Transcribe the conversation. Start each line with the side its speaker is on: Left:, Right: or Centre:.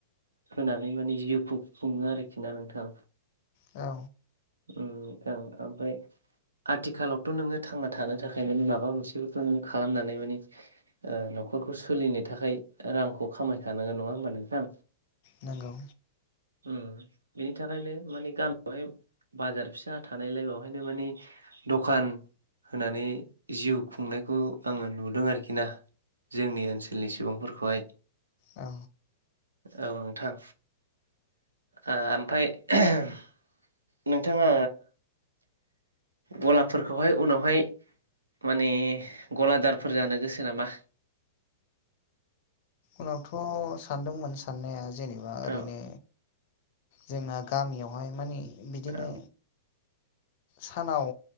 Right: होनानै माने जिउखौ खुङो आरोखि ना नोंथां
Left: औ
Right: ओम ओम ओमफ्राय आथिखालावथ' नोङो थांना थानो थाखाय माबा मोनसेखौथ' नोङो खालामनानै मानि ओ नख ' खरखौ सोलिनो थाखाय रांखौ खामायखानांगोन नङा होमबा नोंथां
Left: नंगौ
Right: ओम बिनि थाखायनो मानि गामियावहाय बाजार फिसा थानायलाय बेवहायनो मानि द'खान होनानै जिउ खुंनायखौ आङो नुदों आरोखि ना जोंनि ओनसोलनि सुबुंफोरखौहाय
Left: औ
Right: औ नोंथां आ ओमफ्राय नोंथाङा ग'लाफोरखौहाय उनावहाय माने ग'लादारफोर जानो गोसो नामा?
Left: उनावथ' सानदोंमोन साननाया जेनेबा ओरैनो।
Right: औ
Left: जोंना गामियावहाय माने बिदिनो।
Right: औ
Left: सानाव